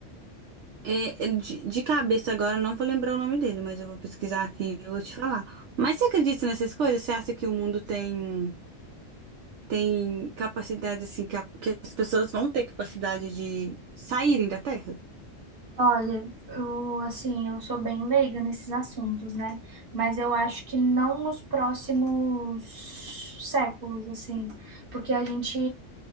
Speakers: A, on the right; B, on the right.
A: É, é, de, de cabeça agora eu não vou lembrar o nome dele, mas eu vou pesquisar aqui e eu vou te falar. Mas você acredita nessas coisas? Você acha que o mundo tem, tem capacidade, assim, que, a- que as pessoas vão ter capacidade de saírem da Terra?
B: Olha, eu, assim, eu sou bem leiga nesses assuntos, né? Mas eu acho que não nos próximos séculos, assim, porque a gente